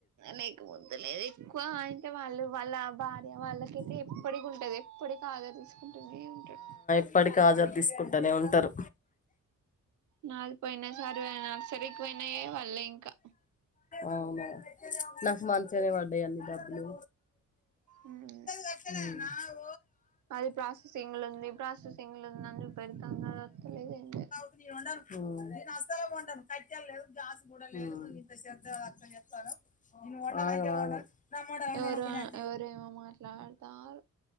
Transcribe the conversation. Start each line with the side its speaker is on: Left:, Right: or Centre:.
Right: లేకపొతే లేదు ఎక్కువ అయితే వాళ్ళు వాళ్ళ భార్య వాళ్ళకైతే ఎప్పటికుంటది ఎప్పటి కాదా తీస్కుంటుంనే ఉంటారు
Left: ఇప్పటికి హాజరు తీస్కుంటూనే ఉంటారు
Right: నాకు పోయిన సారి నర్సరీకి పోయినాయే వళ్ళే ఇంకా
Left: అవ్ను నాకు మంచనే వాడ్డై అన్ని డబ్బులు
Right: ఉహ్
Left: ఉహ్
Right: అది ప్రాసెసింగ్లుంది ప్రాసెసింగ్లుంది అని చూపెడ్తాం కది అస్తనేలేదండి
Left: ఊ ఊ ఆగంమాగం
Right: ఎవరు ఎవరేమో మాట్లాడతారు